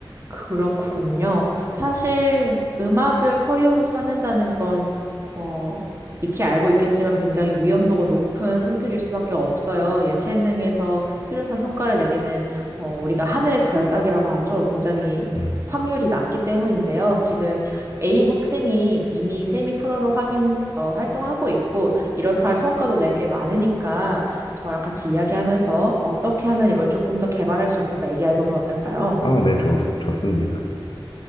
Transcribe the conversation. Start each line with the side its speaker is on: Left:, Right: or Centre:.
Right: 그렇군요. 사실 음악을 커리어로 쌓는다는 건, 어, 익히 알고 있겠지만 굉장히 위험도가 높은 선택일 수밖에 없어요. 예체능에서 뚜렷한 성과를 내기는, 어, 우리가 하늘의 별 따기라고 하죠. 굉장히
Left: 음.
Right: 확률이 낮기 때문인데요. 지금 A 학생이 이미 세미 프로로 확인, 어, 활동하고 있고, 이렇다 할 성과도 낸 게 많으니까 저랑 같이 이야기하면서 어떻게 하면 이걸 조금 더 개발할 수 있을까 얘기해 보면 어떨까요?
Left: 아, 네, 좋, 좋습니다.